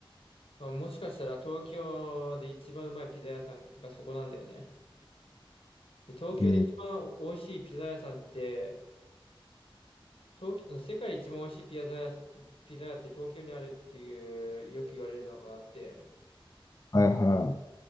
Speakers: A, on the left; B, on the left.
A: まあ、もしかしたら東京で一番うまいピザ屋さんがそこなんだよね。で、東京で一番美味しいピザ屋さんって、
B: えー
A: 東京、世界で一番美味しいピザ屋さ、ピザ屋って東京にあるっていう、よく言われるのがあって。っ
B: はいは